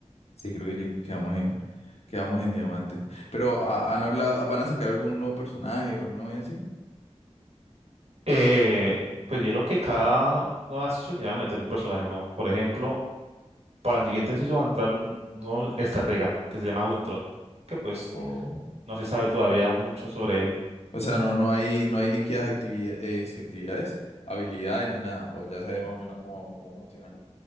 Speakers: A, on the left (about 65°); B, on the right (about 65°).
A: Sí, creo que lleg- quedamos en, quedamos en diamante. Pero ¿ha- han hablado, ¿van a sacar algún nuevo personaje o alguna vaina así?
B: Eh, pues dieron que cada nueva season iba a meter un personaje nuevo, por ejemplo, para la siguiente season va a entrar un nuevo estratega, que se llama Ultron, que pues
A: O,
B: no se sabe todavía mucho sobre él.
A: o sea, no, no hay, no hay líquidas actividad- eh, dizque actividades, habilidades ni nada. O ya sabes más o menos cómo, cómo funciona.